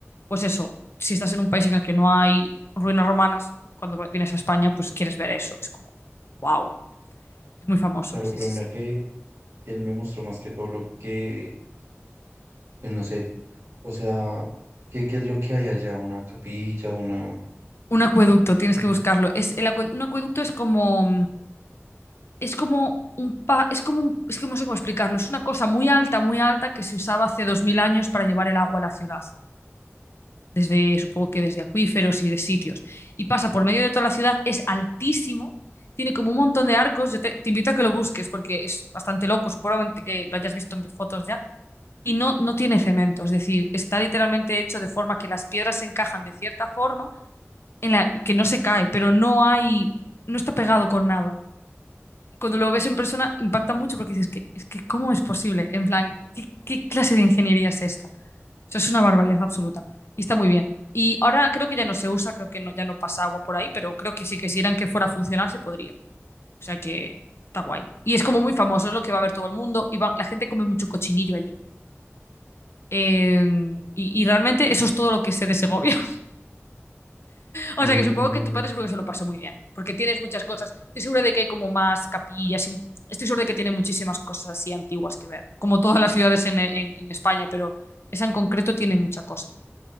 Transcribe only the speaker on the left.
pues eso, si estás en un país en el que no hay ruinas romanas, cuando vienes a España, pues quieres ver eso. Es como, wow, es muy famoso.
Sí,
sí,
sí.
Un acueducto, tienes
que buscarlo. Es, el acue- un acueducto es como, es como un pa- es como un- es que no sé cómo explicarlo. Es una cosa muy alta, muy alta que se usaba hace dos mil años para llevar el agua a la ciudad. Desde, supongo que desde acuíferos y de sitios. Y pasa por medio de toda la ciudad, es altísimo, tiene como un montón de arcos. Yo te, te invito a que lo busques porque es bastante loco, seguramente que lo hayas visto en fotos ya. Y no, no tiene cemento, es decir, está literalmente hecho de forma que las piedras se encajan de cierta forma en la que no se cae, pero no hay, no está pegado con nada. Y cuando lo ves en persona impacta mucho porque dices, que, es que, ¿cómo es posible? En plan, ¿qué, qué clase de ingeniería es esta? O sea, es una barbaridad absoluta. Y está muy bien. Y ahora creo que ya no se usa, creo que no, ya no pasa agua por ahí, pero creo que sí, que si eran que fuera funcional se podría. O sea que está guay. Y es como muy famoso, es lo que va a ver todo el mundo. Y va- la gente come mucho cochinillo allí. Eh, y, y realmente eso es todo lo que sé de Segovia. O
sea que supongo que tu padre seguro que se lo pasó muy bien, porque tienes muchas cosas. Estoy segura de que hay como más capillas, y- estoy segura de que tiene muchísimas cosas así antiguas que ver, como todas las ciudades en, en- en España, pero esa en concreto tiene mucha cosa.